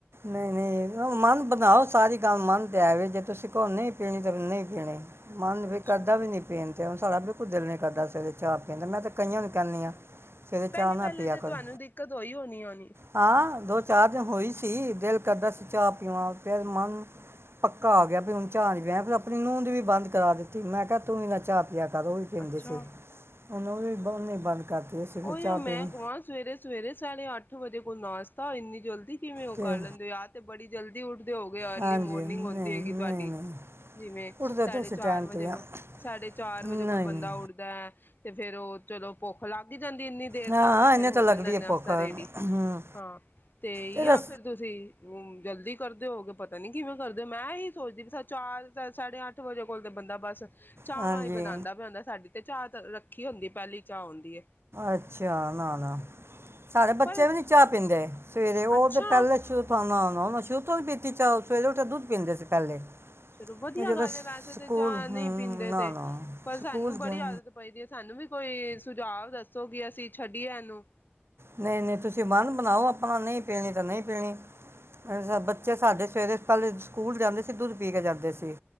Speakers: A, on the right; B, on the left.
A: ਨਹੀਂ ਨਹੀਂ। ਹਾ ਮਨ ਬਣਾਓ ਸਾਰੀ ਗੱਲ ਮੰਨ ਤੇ ਆ। ਵੀ ਜੇ ਤੁਸੀਂ ਕਹੋ ਨਹੀਂ ਪੀਣੀ ਤਾਂ ਨਹੀਂ ਪੀਣੀ। ਮਨ ਵੀ
B: ਅੱਛਾ
A: ਕਰਦਾ ਵੀ ਨੀ ਪੀਣੀ ਤੇ, ਹੁਣ ਸਾਡਾ ਬਿਲਕੁਲ ਦਿਲ ਨੀ ਕਰਦਾ ਸਵੇਰੇ। ਚਾਹ ਪੀਂਦਾ। ਮੈਂ ਤੇ ਕਈਆਂ ਨੂੰ ਕਹਿਣੀ ਆ ਸਵੇਰੇ
B: ਪਹਿਲੇ
A: ਚਾਹ ਨਾ
B: ਪਹਿਲੇ
A: ਪਿਆ
B: ਤੇ
A: ਕਰੋ।
B: ਤੁਹਾਨੂੰ ਦਿੱਕਤ ਹੋਈ ਹੋਣੀ ਹੋਣੀ
A: ਹਾਂ ਦੋ ਚਾਰ ਦਿਨ ਹੋਈ ਸੀ, ਦਿਲ ਕਰਦਾ ਸੀ ਚਾਹ ਪੀਵਾ। ਫਿਰ ਮਨ ਪੱਕਾ ਆ ਗਿਆ ਵੀ ਹੁਣ ਚਾਹ ਨੀ। ਮੈਂ ਫੇਰ ਆਪਣੀ ਨੂੰਹ ਦੀ ਵੀ ਬੰਦ ਕਰਾ ਦਿੱਤੀ ਮੈਂ ਕਿਹਾ ਤੂੰ ਵੀ ਨਾ ਚਾਹ ਯਾ ਕਦੋਂ ਵੀ ਪੀਂਦੇ
B: ਅੱਛਾ
A: ਸੀ। ਉਹਨੂੰ ਵੀ <unintelligible> ਸੀ ਫਿਰ
B: ਉਹੀਓ
A: ਚਾਹ
B: ਮੈਂ
A: ਪੀਣੀ
B: ਕਵਾਂ ਸਵੇਰੇ-ਸਵੇਰੇ ਸਾਢੇ ਅੱਠ ਵਜੇ ਕੋਈ ਨਾਸ਼ਤਾ, ਇੰਨੀ ਜਲਦੀ ਕਿਵੇਂ ਉਹ
A: ਤੇ
B: ਕਰ ਲੈਂਦੇ? ਯਾ ਤੇ ਬੜੀ ਜਲਦੀ ਉਠ ਤੇ ਹੋ ਗਏ ਅਰਲੀ
A: ਹਾਂਜੀ
B: ਮੋਰਨਿੰਗ
A: ਨਹੀਂ
B: ਹੁੰਦੀ
A: ਨਹੀਂ
B: ਹੋਏਗੀ ਤੁਹਾਡੀ।
A: ਨਹੀਂ
B: ਜਿਵੇਂ
A: ਉੱਠਦੇ
B: ਸਾਡੇ
A: ਤਾਂ ਅਸੀਂ
B: ਚਾਰ
A: ਟਾਈਮ
B: ਵਜੇ,
A: ਤੇ ਆ
B: ਸਾਡੇ ਚਾਰ
A: ਨਹੀਂ
B: ਵਜੇ ਕੋਈ ਬੰਦਾ
A: ਨਹੀਂ
B: ਉੱਠਦਾ ਹੈ ਤੇ ਫੇਰ ਉਹ ਚਲੋ ਭੁੱਖ ਲੱਗ ਹੀ ਜਾਂਦੀ ਇੰਨੀ ਦੇਰ
A: ਹਾਂ
B: ਤੱਕ ਤੇ ਫੇਰ
A: ਇਹਨੇ
B: ਹੋ
A: ਤਾਂ ਲੱਗਦੀ
B: ਜਾਂਦਾ ਏ
A: ਹੈ
B: ਨਾਸਤਾ
A: ਭੁੱਖ ਹਮ,
B: ਰੇਡੀ। ਹਾਂ, ਤੇ
A: ਇਹਦਾ
B: ਯਾ ਫੇਰ ਤੁਸੀਂ ਜਲਦੀ ਕਰਦੇ ਹੋਗੇ ਪਤਾ ਨੀ ਕਿਵੇਂ ਕਰਦੇ ਹੋ ਮੈਂ ਇਹੀ ਸੋਚਦੀ ਪਈ ਸਾਂ, ਚਾਰ ਸਾਢੇ ਅੱਠ ਵਜੇ ਕੋਲ ਤਾਂ ਬੰਦਾ ਬਸ ਚਾਹਵਾਂ
A: ਹਾਂਜੀ
B: ਹੀ ਬਣਾਦਾ ਬਣਾਦਾ ਸਾਡੀ ਤੇ ਚਾਹ ਧਰ ਰੱਖ ਖੀ ਹੁੰਦੀ ਪਹਿਲੀ। ਚਾਹ ਹੁੰਦੀ ਏ।
A: ਅੱਛਾ ਨਾ-ਨਾ, ਸਾਡੇ ਬੱਚੇ
B: ਪਰ
A: ਵੀ ਨੀ ਚਾਹ ਪੀਂਦੇ। ਸਵੇਰੇ, ਉਹ
B: ਅੱਛਾ
A: ਤੇ ਪਹਿਲੇ <unintelligible> ਨਾ ਮੈਂ ਤਾਂ ਸ਼ੁਰੂ ਤੋਂ ਨੀ ਪੀਤੀ ਚਾਹ, ਉਸ ਵੇਲੇ ਓਥੇ ਦੁੱਧ ਪੀਂਦੇ ਸੀ ਪਹਿਲੇ।
B: ਚਲੋ ਵਧੀਆ
A: ਇਹ ਜਦੋਂ
B: ਗੱਲ ਹੈ ਵੈਸੇ
A: ਸਕੂਲ
B: ਤੇ ਚਾਹ ਨਹੀਂ
A: ਹਮ,
B: ਪੀਂਦੇ
A: ਨਾ
B: ਤੇ
A: ਨਾ
B: ਪਰ ਸਾਨੂੰ
A: ਸਕੂਲ
B: ਬੜੀ
A: ਜਾਂ
B: ਆਦਤ ਪਈਦੀ ਏ। ਸਾਨੂੰ ਵੀ ਕੋਈ ਸੁਝਾਵ ਦੱਸੋ ਕਿ ਅਸੀਂ ਛੱਡੀਏ ਏਨੂੰ।
A: ਨਹੀਂ-ਨਹੀਂ, ਤੁਸੀਂ ਮਨ ਬਣਾਓ ਆਪਣਾ ਨਹੀਂ ਪੀਣੀ ਤਾਂ ਨਹੀਂ ਪੀਣੀ। ਅੱਛਾ, ਬੱਚੇ ਸਾਡੇ ਸਵੇਰੇ ਪਹਿਲੇ ਸਕੂਲ ਜਾਂਦੇ ਸ ਤੇ ਦੁੱਧ ਪੀ ਕੇ ਜਾਂਦੇ ਸੀ।